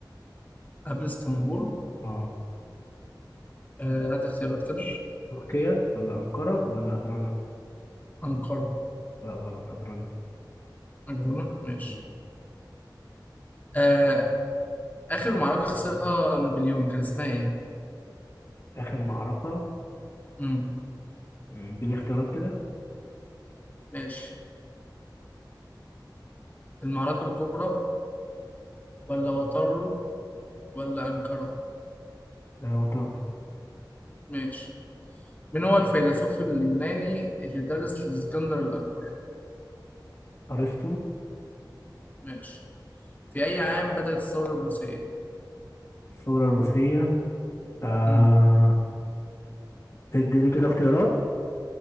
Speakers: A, on the left; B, on the left.
A: قبل اسطنبول
B: اه
A: آه، هات اختيارات كده
B: تركيا ولا أنقرة ولا أدرنا
A: أنقرة
B: لا غلط أدرنا
A: أجرونة ماشي
B: مم.
A: آه، آخر معركة خسرها نابليون كان اسمها إيه؟
B: آخر معركة
A: مم.
B: مم، دي الاختيارات كده
A: ماشي المعركة الكبرى ولا واترلو ولا أنقرة
B: آه وترنو
A: ماشي من هو الفيلسوف اليوناني اللي درس لإسكندر الأكبر
B: أرسطو
A: ماشي في أي عام بدأت الثورة الروسية
B: الثورة الروسية آه
A: امم
B: اديني كده اختيارات